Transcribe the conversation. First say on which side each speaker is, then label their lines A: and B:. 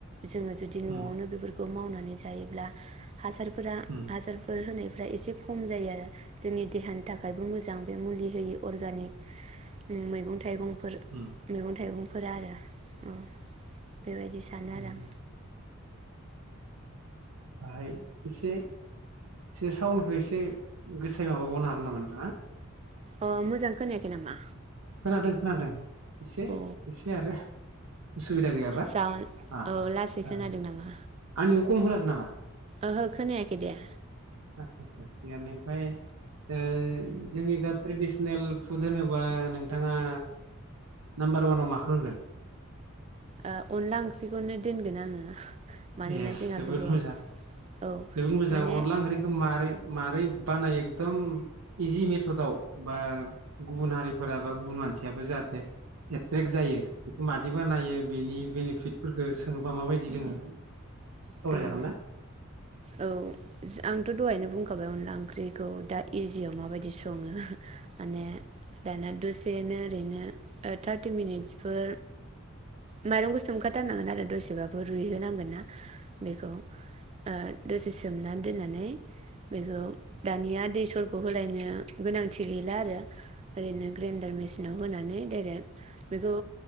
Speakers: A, on the right (about 30°); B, on the right (about 80°).
A: जोङो जुदि न'आवनो
B: उम,
A: बेफोरखौ मावनानै जायोब्ला हासारफोरा
B: उम,
A: हासारफोर होनाय फ्रा एसे खम जायो आरो जोंनि देहानि थाखायबो मोजां बे मुलि होयि अरगानिक मैगं थाइगंफोर मैगं
B: उम,
A: थाइगं फोरा आरो औ बेबायदि सानो
B: उम,
A: आरो
B: उम.
A: आं
B: बाहाय एसे एसे साउन्डखौ एसे गोसायै माबाबावनो हागोन नामा नोंथाङा
A: अ मोजां खोनायाखै नामा
B: खोनादों खोनादों। एसे
A: औ
B: एसे आरो उसुबिदा गैयाबा
A: साउन्ड
B: अ
A: औ
B: अ
A: लासै खोनादों
B: दे
A: नामा
B: आंनि खम खोनादो नामा?
A: ओहो खोनायाखै दे
B: आतसा आतसा थिगानो ओमफाय ओ जोंनि दा ट्रेडिसनेल फुड होनोबा नोंथाङा नाम्बार वानाव माखो होगोन?
A: ओ अनला ओंख्रिखौनो दोनगोन आङो। मानोना
B: एस
A: जोंहा
B: जोबोद
A: बेखौ
B: मोजां।
A: औ
B: जोबोद मोजां
A: माने
B: अनला ओंख्रिखो मारै मारोरै बानाय एकदम इजि मेथदआव बा गुबुन हारिफोरा बा गुबुन मानसियाबो जाहाथे एट्रेक्ट जायो बेखौ मादि बानायो बेनि बेनिफिटफोरखौ सोङोबा माबायदि जोङो सावराय
A: उम
B: जागोन ना
A: औ आंथ' दहायनो बुंखाबाय अनला ओंख्रिखौ दा इजिआव माबायदि सं सङो माने दाना दसेनो ओरैनो थारटि मिनिट्सफोर माइरंखौ सोमखाथारनांगोन आरो दसेबाबो रुइहोनांगोन ना बेखौ ओ दसे सोमनानै दोननानै बेखौ दानिया दै सरग होलायनो गोनांथि गैला आरो ओरैनो ग्रेन्डार मेसिनाव होनानै फेरेद बेखौ